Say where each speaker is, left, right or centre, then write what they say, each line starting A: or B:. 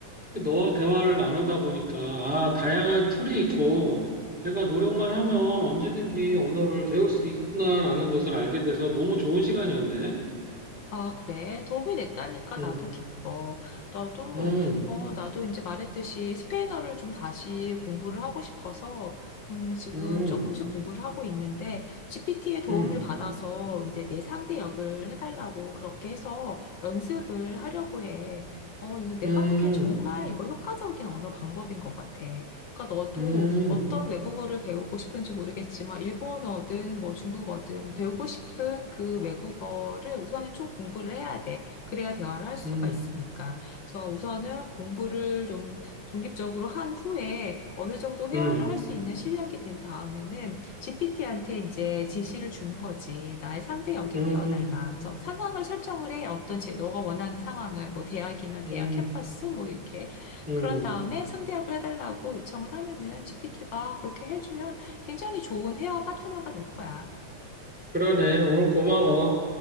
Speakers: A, in the centre; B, on the left.
A: 너와 대화를 나누다 보니까 아, 다양한 툴이 있고 내가 노력만 하면 언제든지 언어를 배울 수 있구나라는 것을 알게 돼서 너무 좋은 시간이었네.
B: 아, 그래. 도움이 됐다니까
A: 음.
B: 나도 기뻐. 나도,
A: 음,
B: 어, 나도 이제 말했듯이 스페인어를 좀 다시 공부를 하고 싶어서, 음, 지금
A: 음,
B: 조금씩 공부를 하고 있는데, GPT의 도움을
A: 음,
B: 받아서 이제 내 상대 역을 해달라고 그렇게 해서 연습을 하려고 해. 어, 이거 내가
A: 음,
B: 보기엔 정말 이거 효과적인 언어 방법인 것 같아. 그러니까 너도
A: 음, 음,
B: 어떤 외국어를 배우고 싶은지 모르겠지만 일본어든 뭐 중국어든 배우고 싶은 그 외국어를 우선은 좀 공부를 해야 돼. 그래야 대화를 할 수가
A: 음,
B: 있으니까. 그래서 우선은 공부를 좀 독립적으로 한 후에 어느 정도 회화를
A: 음,
B: 할 수 있는 실력이 된 다음에는 GPT한테 이제 지시를 주는 거지. 나의 상대 역이
A: 음,
B: 되어 달라. 그래서 상황을 설정을 해. 어떤 제 너가 원하는 상황을 뭐 대학이면 대학
A: 음,
B: 캠퍼스 뭐 이렇게
A: 음.
B: 그런 다음에 상대합을 해달라고 요청을 하면은 GPT가 그렇게 해주면 굉장히 좋은 헤어 파트너가 될 거야.
A: 그러네. 오늘 고마워.